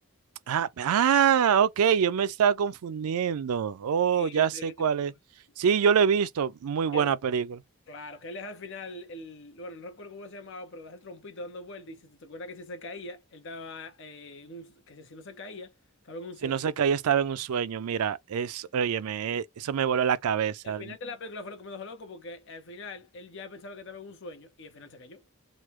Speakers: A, on the right; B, on the left.
A: ah, ah, ok, yo me estaba confundiendo. Oh,
B: Sí,
A: ya
B: eso
A: sé
B: es Christopher
A: cuál es.
B: Nolan,
A: Sí,
B: sí,
A: yo lo he visto. Muy buena
B: sí.
A: película.
B: Claro, que él es al final, el, bueno, no recuerdo cómo se llamaba, pero das el trompito dando vueltas y si te te acuerdas que si se caía, él estaba eh, en un- que si si no se caía, estaba en un
A: Si
B: sueño.
A: no sé que ahí estaba en un sueño, mira, es, óyeme, eh, eso me voló la cabeza.
B: El final de la película fue lo que me dejó loco porque al final él ya pensaba que estaba en un sueño y al final se cayó.